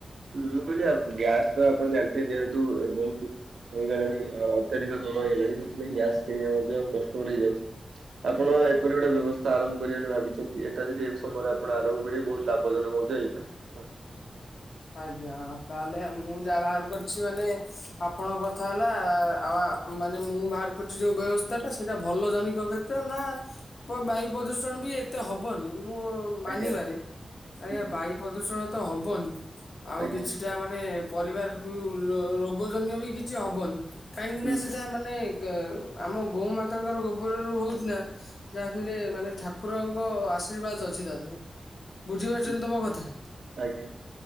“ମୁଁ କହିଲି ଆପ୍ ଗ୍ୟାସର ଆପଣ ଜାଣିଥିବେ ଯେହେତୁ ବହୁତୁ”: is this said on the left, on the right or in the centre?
Right